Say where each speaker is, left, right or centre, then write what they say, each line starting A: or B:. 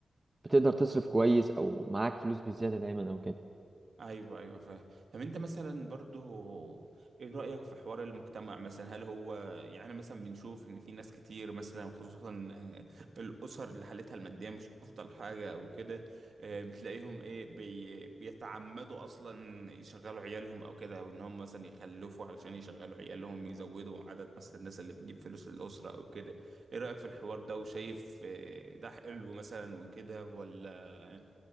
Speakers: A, on the right; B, on the right.
A: بتقدر تصرف كويس أو معاك فلوس بزيادة دايما أو كده
B: ايوه ايوه فاهم طب انت مثلا برضو ايه رأيك في حوار المجتمع مثلا هل هو يعني أنا مثلا بنشوف ان في ناس كتير مثلا خصوصا آه، الاسر اللي حالتها المادية مش افضل حاجة او كده آه، بتلاقيهم ايه بي بيتعمدوا اصلا يشغلوا عيالهم او كده او ان هم مثلا يخلفوا علشان يشغلوا عيالهم يزودوا عدد مثلا الناس اللي بتجيب فلوس للأسرة او كده ايه رأيك في الحوار ده وشايف آه، ده حلو مثلا وكده ولا